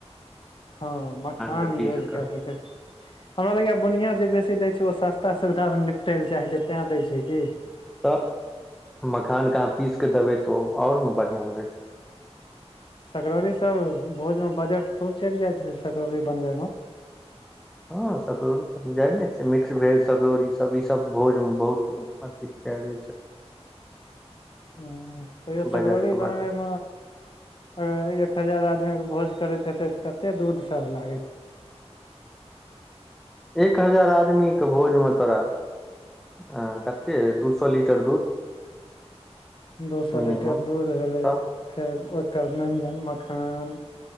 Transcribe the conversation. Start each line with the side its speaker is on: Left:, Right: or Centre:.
Left: हँ मखान
Centre: के
Left: यूज
Centre: पीस कऽ
Left: कए सकै हमरा लगैए बुनियाँ जे बेसी दै छै ओ सस्ता सुविधा में निपटय लए चाहै छै तै दै छै की
Centre: तऽ मखानके अहाँ पीस कऽ देबै तऽ ओ आओर ने बढ़िया होइ छै
Left: सकड़ौरी सब भोज मे बजट खूब चलि जायइत सकड़ौरी बनबय मे
Centre: हँ सकड़ौरी सब जाइ ने छै मिक्स भेज सकड़ौरी सब ई सब भोज मे बहुत अति कै दै छै
Left: ह तैयो
Centre: बजट
Left: सकड़ौरी
Centre: के बढ़ा
Left: बनबैमे अगर एक हजार आदमी के भोज करैत हेते तऽ कते दूध सब लागैत हेते
Centre: एक हजार आदमी के भोज मे तोरा ह कते दू सौ लीटर दूध
Left: दू सौ
Centre: मिनिमम
Left: लीटर दूध भेलै
Centre: तऽ
Left: फेर ओकर मेनजन मखान